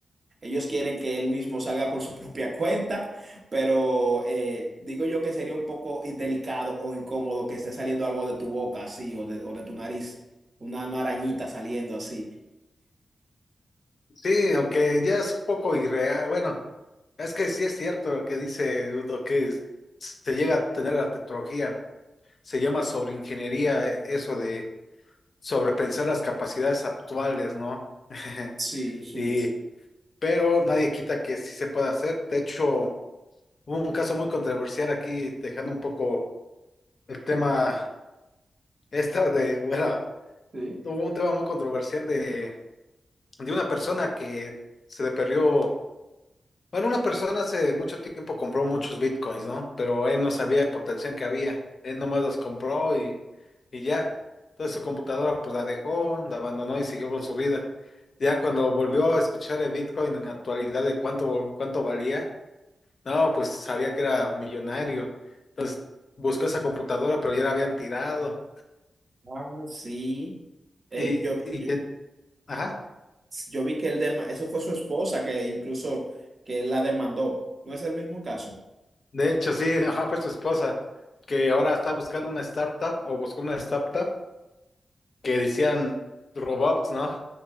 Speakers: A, on the right; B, on the left.
A: Ellos quieren que él mismo salga por su propia <laughs> cuenta, pero eh, digo yo que sería un poco delicado o incómodo que esté saliendo algo de tu boca así o de, o de tu nariz, una, una arañita saliendo así.
B: Sí, aunque ya es un poco irreal. Bueno, es que sí es cierto lo que dice, lo que es- se llega a tener la tecnología. Se llama sobreingeniería, eh, eso de sobrepensar las capacidades actuales, ¿no? <laughs>
A: Sí, sí.
B: Y, pero nadie quita que sí se pueda hacer. De hecho, hubo un caso muy controversial aquí, dejando un poco el tema <laughs> esta de, bueno,
A: Sí.
B: hubo un tema muy controversial de, de una persona que se le perdió. Bueno, una persona hace mucho tiempo compró muchos bitcoins, ¿no? Pero él no sabía el potencial que había. Él nomás los compró y, y ya. Entonces su computadora pues la dejó, la abandonó y siguió con su vida. Ya cuando volvió a escuchar el bitcoin en la actualidad de cuánto, cuánto valía, no, pues sabía que era millonario. Entonces buscó esa computadora, pero ya la habían tirado.
A: Ah, sí. Eh,
B: Y,
A: yo,
B: y,
A: yo,
B: ajá,
A: yo vi que él dema- eso fue su esposa que incluso que él la demandó. ¿No es el mismo caso?
B: de hecho sí, <laughs> ajá, fue su esposa, que ahora está buscando una startup o buscó una startup que decían robots, ¿no?